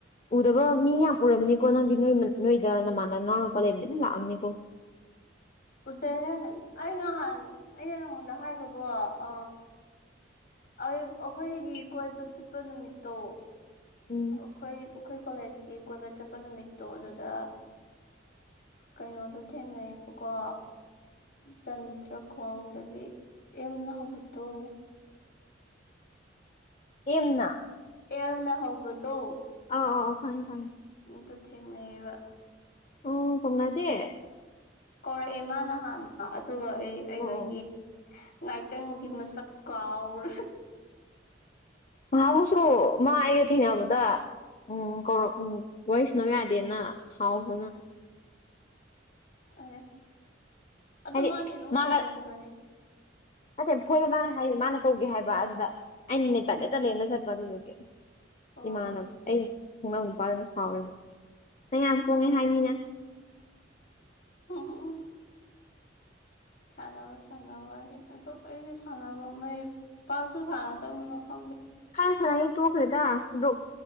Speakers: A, on the left; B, on the left.
A: ꯎꯗꯕ ꯃꯤ ꯌꯥꯝ ꯄꯨꯔꯝꯅꯤꯀꯣ ꯅꯪꯗꯤ ꯅꯣꯏ ꯅꯣꯏꯗ ꯅꯃꯥꯟꯅ ꯅꯋꯥꯎ ꯅꯨꯄꯥ ꯂꯩꯔꯕꯗ ꯑꯗꯨꯝ ꯂꯥꯛꯑꯝꯅꯤꯀꯣ <unintelligible>
B: ꯎꯗꯦ ꯑꯩ ꯅꯍꯥꯟ ꯑꯩꯅ ꯅꯉꯣꯟꯗ ꯍꯥꯏꯈ꯭ꯔꯕꯣ ꯑ ꯑꯩꯈꯣꯏꯒꯤ ꯀꯣꯏꯕ ꯆꯠꯄ ꯅꯨꯃꯤꯠꯇꯣ
A: ꯎꯝ
B: ꯑꯩꯈꯣꯏ ꯑꯩꯈꯣꯏ ꯀꯣꯂꯦꯖꯀꯤ ꯀꯣꯏꯕ ꯆꯠꯄ ꯅꯨꯃꯤꯠꯇꯣ ꯑꯗꯨꯗ ꯀꯩꯅꯣꯗꯣ ꯊꯦꯡꯅꯩꯌꯦꯕꯀꯣ ꯀ ꯆꯟꯗ꯭ꯔ ꯈꯣꯡꯗꯒꯤ ꯏꯜꯅ ꯍꯧꯕꯠꯇꯣ
A: ꯑꯦꯝꯅ
B: ꯑꯦꯜꯅ ꯍꯧꯕꯗꯣ
A: ꯑꯣ ꯈꯅꯤ ꯈꯅꯤ
B: ꯇ ꯊꯦꯡꯅꯑ
A: ꯑꯣ ꯀꯧꯅꯗꯦ
B: ꯀꯧꯔꯛꯑꯦ ꯃꯥꯅ ꯍꯥꯟꯅ ꯑꯗꯨꯒ ꯑꯩ ꯑꯩꯗꯣ
A: ꯑꯣ ꯑꯣ
B: ꯌꯦꯉ ꯉꯥꯏꯇꯪꯒꯤ ꯃꯁꯛ ꯀꯥꯎꯔ
A: ꯍꯥꯃꯨꯁꯨ ꯃ ꯑꯀ ꯊꯅ ꯑꯕꯨ ꯇ ꯎꯝ ꯀꯧꯔꯛ ꯎꯝ ꯋꯥꯔꯤꯁꯤꯅꯧ ꯌꯥꯗꯦꯅ ꯁꯥꯎꯕꯅ
B: ꯑꯦ ꯑꯗꯨ
A: ꯍꯥꯏꯗꯤ
B: ꯃꯥꯗꯤ ꯑꯗꯨꯝ
A: ꯃꯥꯒ
B: ꯀꯧꯒꯟꯕꯅꯦ
A: ꯅꯠꯇꯦ ꯐꯣꯏꯕ ꯃꯥꯅ ꯍꯥꯏꯁ ꯃꯥꯅ ꯀꯧꯒꯦ ꯍꯥꯏꯕ ꯑꯗꯨꯗ ꯑꯩꯅ ꯅꯦ ꯇꯂꯦ ꯇꯂꯦꯅ ꯆꯠꯄ ꯑꯗꯨꯗꯨꯒꯤ
B: ꯑꯣ
A: ꯏꯃꯅꯝ ꯑꯩ ꯈꯨꯡꯅꯥꯪ ꯅꯨꯄꯥꯗꯨꯅ ꯁꯥꯎꯔꯤꯕ ꯅꯪ ꯌꯥꯝ ꯄꯣꯡꯉꯦ ꯍꯥꯏꯅꯤꯅ
B: ꯎꯝ ꯎꯝ
A: <unintelligible>
B: ꯁꯥꯟꯅꯕ ꯁꯥꯟꯅꯕ ꯋꯥꯔꯤ ꯑꯗꯨ ꯑꯩꯒꯤ ꯁꯥꯟꯅꯕ ꯃꯩ ꯄꯥꯛꯁꯨ ꯁꯥꯟꯅꯗꯕꯅꯤꯅ ꯈꯪꯗꯦ
A: ꯈꯁ ꯇꯣꯈ꯭ꯔꯦ ꯇ ꯗ